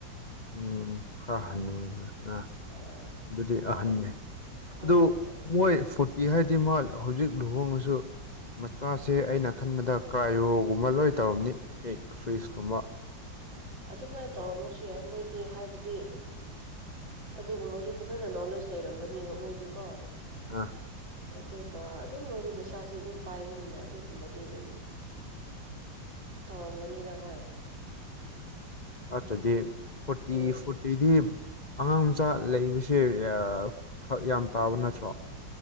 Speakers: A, on the left; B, on the right.
A: ꯎꯝ ꯈꯔ ꯍꯅꯨꯒꯔꯦ ꯑ
B: ꯍꯣꯏ
A: ꯑꯗꯨꯗꯤ ꯑꯍꯟꯅꯤ
B: ꯐꯣꯔꯇꯤ ꯍꯣꯏ
A: ꯑꯗꯨ ꯃꯣꯏ ꯐꯨꯠ ꯇꯤ ꯍꯥꯏꯗꯤ ꯃꯥ ꯍꯧꯖꯤꯛ ꯂꯨꯍꯣꯡꯉꯁꯨ ꯃꯆꯥꯁꯦ ꯑꯩꯅ ꯈꯟꯕꯗ ꯀ꯭ꯔꯥꯏꯌꯣꯒꯨꯝꯕ ꯂꯣꯏ ꯇꯧꯔꯝꯅꯤ ꯑꯦꯛ ꯐ꯭ꯔꯤꯖꯀꯨꯝꯕ
B: ꯑꯗꯨꯃꯥꯏꯅ ꯇꯧꯔꯝꯃꯁꯨ ꯌꯥꯏ ꯃꯣꯏꯗꯤ ꯍꯥꯏꯕꯗꯤ ꯑꯗꯨꯒꯨꯝꯕꯁꯨ ꯐꯖꯅ ꯅꯣꯂꯦꯖ ꯂꯩꯔꯝꯒꯅꯤꯕ ꯃꯣꯏꯗꯤ ꯀꯣ
A: ꯑꯥ
B: ꯑꯗꯨꯒ ꯑꯗꯨꯝ ꯃꯣꯏꯗꯤ ꯄꯩꯁꯥꯁꯨ ꯑꯗꯨꯝ ꯄꯥꯏꯕꯅꯤꯅ ꯑꯗꯨꯒꯨꯝꯕꯗꯤ ꯑꯗꯨꯝ ꯇꯧꯔꯝꯒꯅꯤꯅ ꯍꯣꯏ
A: ꯑꯠꯇꯔꯗꯤ ꯐꯣꯔꯇꯤ
B: ꯎꯝ
A: ꯐꯨꯠ ꯄꯤꯗꯤ ꯑꯉꯥꯡ ꯃꯆꯥ ꯂꯩꯕꯁꯦ ꯌꯥ ꯐꯛ ꯌꯥꯝ ꯇꯥꯕ ꯅꯠꯇ꯭ꯔꯣ